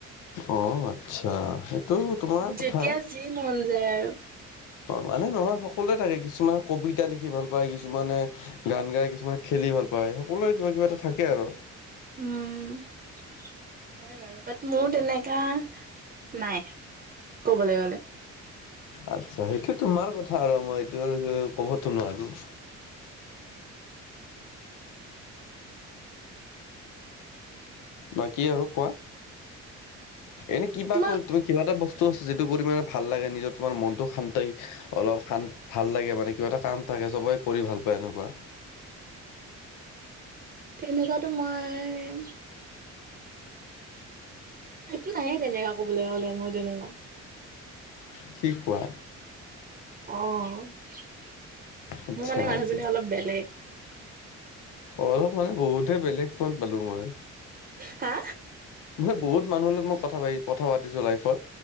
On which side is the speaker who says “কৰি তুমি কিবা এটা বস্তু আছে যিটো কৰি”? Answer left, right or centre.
Left